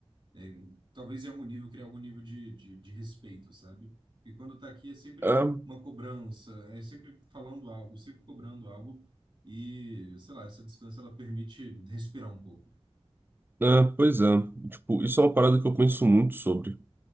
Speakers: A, on the right; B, on the right.
A: é, talvez em algum nível, criar algum nível de, de, de respeito, sabe? E quando tá aqui é sempre
B: Ah,
A: uma cobrança, é sempre falando algo, sempre cobrando algo. E, sei lá, essa distância ela permite respirar um pouco.
B: ah, pois é, tipo, isso é uma parada que eu penso muito sobre,